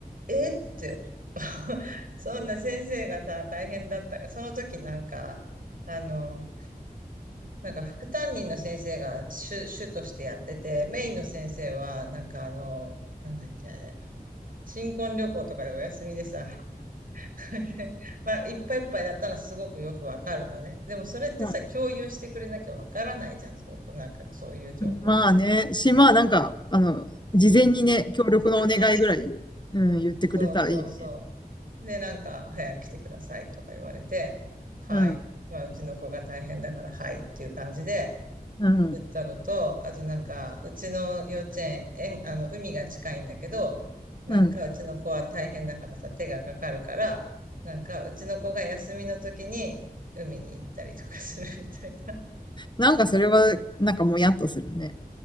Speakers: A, on the right (about 65°); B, on the left (about 30°).
A: えって、<laughs> そんな先生がさ、大変だったから、その時なんか、あの、なんか副担任の先生が主、主としてやってて、メインの先生はなんかあの、なんだっけあれ、新婚旅行とかでお休みでさ、<laughs> まあ、いっぱいいっぱいだったらすごくよくわかるのね。でもそれってさ、
B: まあ、
A: 共有してくれなきゃわからないじゃん。そう、なんか、そういう情報。
B: まあね、し、まあなんか、あの、事前にね、協力のお願いぐらい、
A: 協力のね
B: うん、言ってくれたらいいのにね。
A: そうそうそう。で、なんか、早く来てくださいとか言われて、はい。
B: うん、
A: まあ、うちの子が大変だから、はいっていう感じで、
B: うん、
A: 言ったのと、あとなんか、うちの幼稚園、園あの、海が近いんだけど、なんか、
B: うん。
A: うちの子は大変だからさ、手がかかるから、なんか、うちの子が休みの時に海に行ったりとかするみたいな。
B: なんかそれは、なんかもやっとするね。